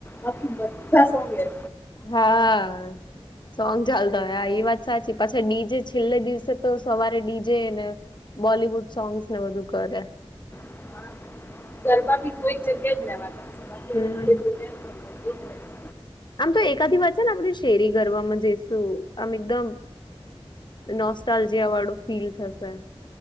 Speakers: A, on the left (about 20°); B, on the left (about 50°).
A: આપકી બધા સોંગે હે
B: હા. સોંગ ચાલતો હોય આ એ વાત સાચી પાછી ડીજે છેલ્લે દિવસે તો સવારે ડીજે ને બોલિવુડ સોંગ્સ ને બધું કરે
A: હોય. ગરબા બી કોઈ એક જગ્યા જ લેવાતા
B: હમ્મ
A: હવે બધે ગ્રુપ એમ થઈ જાય એક રહેશે.
B: આમ તો એકાધી વાંચે ને આપધ શેરી ગરવામાં જઈશું આમ એકદમ નોસ્ટાલજીિયા વાળું ફીલ થશે